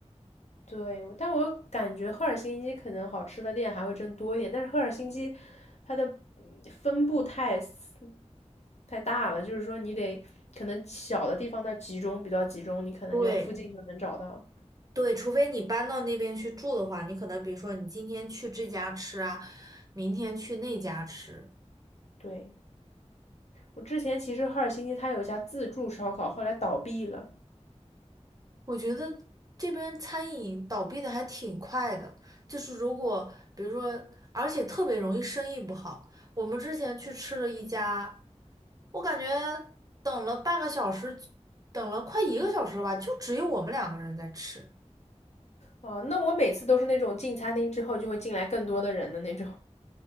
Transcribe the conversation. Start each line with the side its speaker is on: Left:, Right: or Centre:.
Left: 对我但我感觉赫尔辛基可能好吃的店还会真多一点，但是赫尔辛基它的嗯分布太死太大了，就是说你得可能小的地方它集中比较集中，你可能就附近就能找到。
Right: 对对，除非你搬到那边去住的话，你可能比如说你今天去这家吃啊，明天去那家吃。
Left: 对，我之前其实赫尔辛基它有一家自助烧烤，后来倒闭了。
Right: 我觉得这边餐饮倒闭的还挺快的，就是如果比如说，而且特别容易生意不好。我们之前去吃了一家，我感觉等了半个小时，等了快一个小时吧，就只有我们两个人在吃。
Left: 哦，那我每次都是那种进餐厅之后就会进来更多的人的那种。